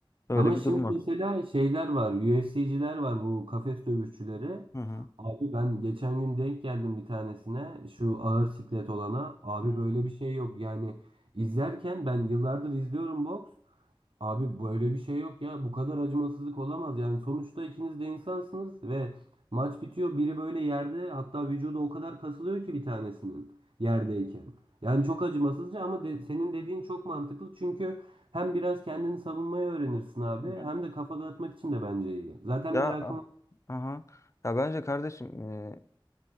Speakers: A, on the left; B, on the right.
A: böyle
B: Ama
A: bir
B: şimdi
A: durum var.
B: mesela şeyler var, UFC'ciler var bu kafes dövüşçüleri.
A: Hı hı.
B: Abi ben geçen gün denk geldim bir tanesine şu ağır siklet olana. Abi
A: Hı hı.
B: böyle bir şey yok yani izlerken ben yıllardır izliyorum boks. Abi böyle bir şey yok ya. Bu kadar acımasızlık olamaz. Yani sonuçta ikiniz de insansınız ve maç bitiyor. Biri böyle yerde hatta vücudu o kadar kasılıyor ki bir tanesinin yerdeyken. Yani çok acımasızca ama de- senin dediğin çok mantıklı. Çünkü hem biraz kendini savunmayı öğrenirsin abi
A: hı.
B: hem de kafa dağıtmak için de bence iyi. Zaten
A: Ya
B: merakım
A: aha. Ya bence kardeşim e,